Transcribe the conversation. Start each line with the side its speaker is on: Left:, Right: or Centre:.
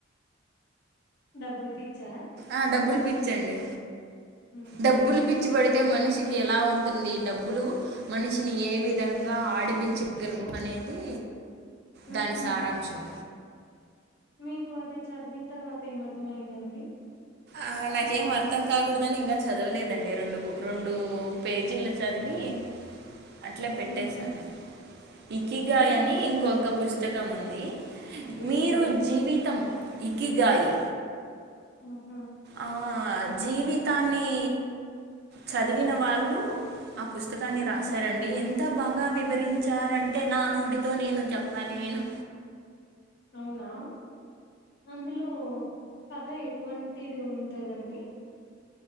Left: డబ్బులు పిచ్చా
Right: ఆ డబ్బులు పిచ్చండి
Left: ఉహు
Right: డబ్బులు పిచ్చి పిచ్చి పడితే మనిషికి ఎలా ఉంటుంది. డబ్బులు మనిషిని ఏ విధంగా ఆడి ప్పించ గలువు అనేది దాని
Left: ఉహు
Right: సారాంశం
Left: మీకు అది చదివిన తర్వాత ఏమర్ధమయిందండి.
Right: ఆ నాకేం అర్థం కాకూడదని ఇంగా చదవలేదండి రొండు రొండు పేజీలు చదివి అట్లే పెట్టేశాను.
Left: ఉహు
Right: ఇకిగాయ్
Left: ఇంకొక
Right: అని
Left: పుస్తకం
Right: ఇంకొక
Left: ఏదండి
Right: పుస్తకం ఉంది.
Left: ఏంటి
Right: మీరు జీవితం ఇకిగాయి.
Left: హు హ
Right: ఆ జీవితాన్ని, చదివిన వాళ్ళు, ఆ పుస్తకాన్ని
Left: ఉమ్
Right: రాసారం. అండి ఎంత బాగా వివరించారంటే నా నోటితో నేను చెప్పాలేను.
Left: అవునా అందులో కథ ఎటువంటిది ఉంటదండి.